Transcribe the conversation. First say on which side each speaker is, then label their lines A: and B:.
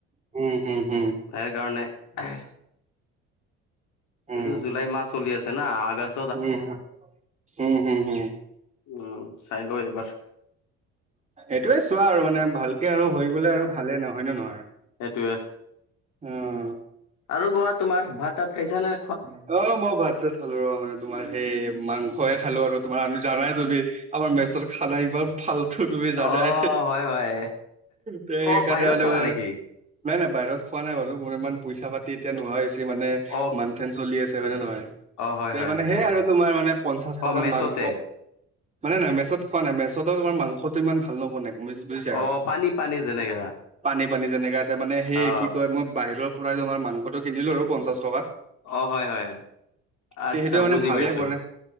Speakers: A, on the right; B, on the left.
A: হুম, হুম, হুম,
B: তাইৰ কাৰণে <inaudible>
A: উম
B: এইটো
A: উম
B: জুলাই মাহ চলি আছে না, আগষ্ট?
A: উম, হুম হুম হুম।
B: উম, চাই ল এইবাৰ।
A: এইটোয়ে চোৱা আৰু মানে ভালকে আৰু হৈ গ'লে আৰু ভালেই ন হয় ন নহয়?
B: এইটোৱে।
A: উম
B: আৰু কোৱা তোমাৰ ভাত তাত খাইছা ন?
A: <inaudible> খালো ৰ মেনে, তোমাৰ সেই মাংসই খালো আৰু তোমাৰ আৰু জানাই তুমি আমাৰ মেচত খানা ইমান ফালটো তুমি জানাই,
B: অ হয় হয়
A: সেইকাৰণে
B: অ বাহিৰত খালা
A: <inaudible>
B: নেকি
A: মই নাই নাই, বাহিৰত খোৱা নাই বাৰু, মোৰ ইমান পইচা পাতি এতিয়া নোহোৱা হৈছে মানে
B: অ
A: মান্থ এণ্ড চলি আছে মানে হয় নে নহয়?
B: অ হয়
A: তে
B: হয়
A: মানে সেই
B: হয়
A: আৰু তোমাৰ মানে পঞ্চাশ টকাত
B: অ মেচতে
A: মাংস। হয় নে নাই? মেছত কোৱা নে নাই, মেছত তোমাৰ মাংসটো ইমান ভাল নবনাই। <inaudible> বুজিছা।
B: অ পানী পানী যেনেকা
A: পানী পানী যেনেকা এইটোৱে, মানে সেই
B: অ
A: কি কয় মই বাহিৰৰ <unintelligible> মাংসটো কিনিলো আৰু পঞ্চাশ টকাত।
B: অ, হয় হয়। আচ্ছা
A: তে সেইটোৱে মানে
B: বুজি
A: ভালে
B: পাইছো
A: বনাই,